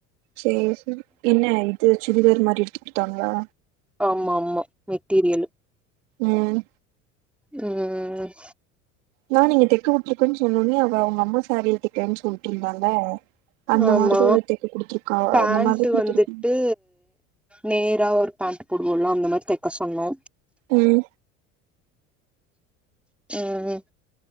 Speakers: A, on the right; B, in the centre.
A: செரி செரி என்ன இது சுடிதார் மாரி இருக் குடுத்தாங்களா
B: ஆமா ஆமா மெட்டீரியல்
A: உம்
B: உம்
A: நா நீங்க தெக்க குடுத்திக்கேன்னு சொன்ன ஒன்னயே அவுங்க அம்மா சாரீயா தேன் சொல்ட்டு இருந்தால அந்த
B: ஆமா
A: மாரிதா தெக்க குடுத்துருக்கா
B: பேண்ட்
A: அந்த மாரிதா குடுத்திருக்கீங்க
B: வந்துட்டு நேரா ஒரு பேண்ட் போடுவோம்ல அந்த மாரி தெக்க சொன்னோ
A: உம்
B: உம்